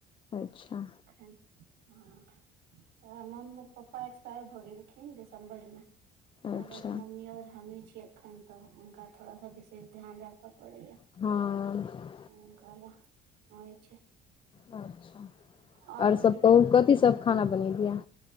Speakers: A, on the left; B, on the right.
A: अच्छा
B: ह <unintelligible> तऽ म्म पप्पा एक्सपायर भऽ गेलखिन दिसम्बर मे तऽ
A: अच्छा
B: बस मम्मी और हमहि छीयै एखन तऽ हुनका थोड़ा सा विशेष ध्यान राखऽ पड़ैया
A: हँ ह
B: ह कलह होइ छै
A: अच्छा
B: और
A: ओर
B: दीदी
A: सब
B: कतऽ
A: कहूँ कथी सब खाना बनेलियै